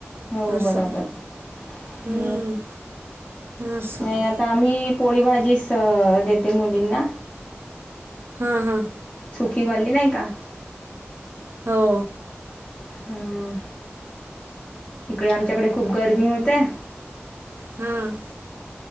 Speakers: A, on the left; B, on the right.
A: हो
B: असं
A: बरोबर,,
B: हम्म,
A: म,
B: असं
A: नाही आता मी पोळी भाजीस देते मुलींना
B: हां हां.
A: सुखीवाली नाही का.
B: हो.
A: हम्म. इकडे आमच्याकडे खूप गर्मी होतय.
B: हम्म.